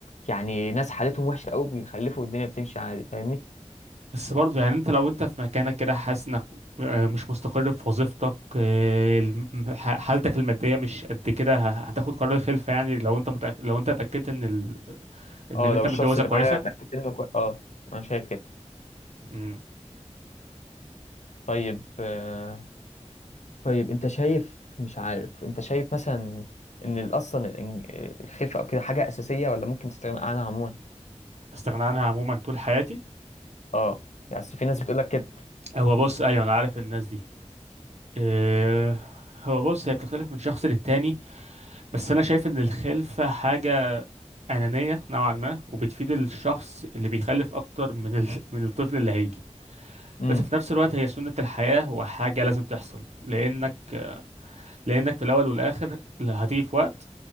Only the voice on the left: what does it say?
يعني ناس حالتهم وحشة أوي بيخلفوا والدنيا بتمشي عادي فاهمني
اه
لو
الشخص اللي
معايا اتأكدت منه كويس اه أنا شايف كده
طيب آه، طيب أنت شايف مش عارف أنت شايف مثلا إن ال- أصلا الإن- الخلفة أو كده حاجة أساسية ولا ممكن تستغنى عنها عموما
اه يعني أصل في ناس بتقولك كده
امم